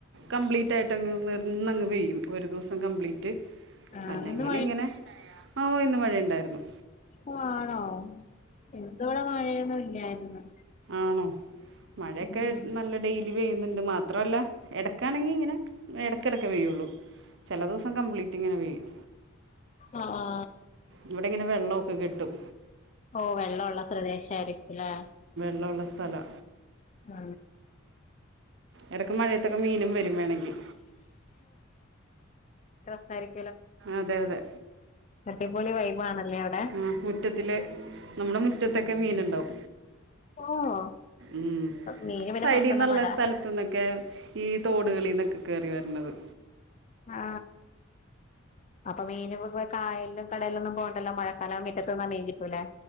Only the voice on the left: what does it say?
ആഹ്
ഇന്ന്
ഓ ആണോ ഇന്നിവിടെ മഴയൊന്നുവില്ലാര്ന്ന്
ഉം
ആ ആ
ഓ വെള്ളവൊള്ള പ്രേദേശാരിക്കും ല്ലേ
ആ
പര് <unintelligible>
അടിപൊളി വൈബാണല്ലേ അവിടെ
ഓഹ്
മീന് പിന്നെ
പൊറത്തൊന്നും വേണ്ട
ആ അപ്പൊ മീനൊക്കെ പോയ്‌ കായലിലും കടലിലു ന്നും പോണ്ടല്ലോ മഴക്കാലാമ്പോ മിറ്റത്ത് നിന്നാ മീൻ കിട്ടുവല്ലേ